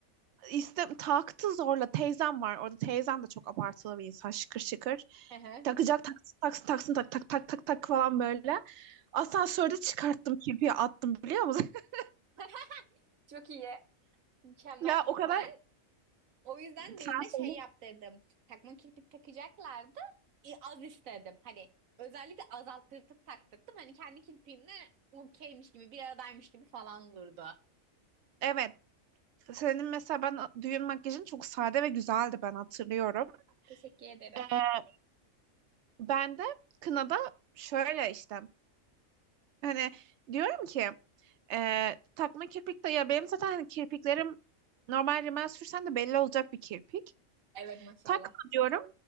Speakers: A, on the right (about 65°); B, on the right (about 80°).
A: İste, taktı zorla. Teyzem var orada. Teyzem de çok abartılı bir insan. Şıkır şıkır.
B: Hı hı.
A: Takacak taksın taksın taksın tak tak tak tak tak falan böyle. Asansörde çıkarttım kirpiği attım biliyor musun? <laughs>
B: <laughs> Çok iyi. Mükemmel.
A: Ya o kadar
B: Ben o yüzden
A: sen
B: düğünde
A: söyle.
B: şey yaptırdım. Takma kirpik takacaklardı. E, az istedim. Hani özellikle azalttırtıp taktırdım. Hani kendi kirpiğimle okeymiş gibi, bir aradaymış gibi falan durdu. Ah,
A: Evet. Senin mesela ben düğün makyajın çok sade ve güzeldi ben hatırlıyorum.
B: teşekkür ederim.
A: Ee, Ben de kınada şöyle işte hani diyorum ki e, takma kirpik de ya benim zaten hani kirpiklerim normal rimel sürsen de belli olacak bir kirpik.
B: Evet maşallah.
A: takma diyorum.